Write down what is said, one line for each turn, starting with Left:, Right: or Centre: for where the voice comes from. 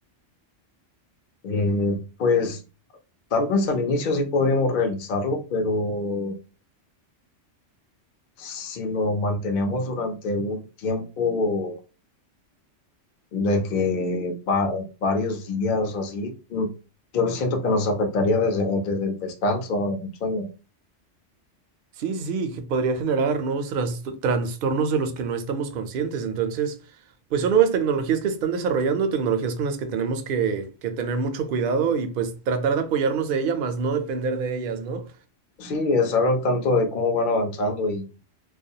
Left: eh, pues tal vez al inicio sí podríamos realizarlo, pero si lo mantenemos durante un tiempo de que va, varios días o así, mm, yo siento que nos afectaría desde, desde el descanso, el sueño.
Right: Sí, sí, sí, que podría generar nuevos tras- trastornos de los que no estamos conscientes. Entonces, pues son nuevas tecnologías que se están desarrollando, tecnologías con las que tenemos que, que tener mucho cuidado y pues tratar de apoyarnos de ellas, más no depender de ellas, ¿no?
Left: Sí, estar al tanto de cómo van avanzando y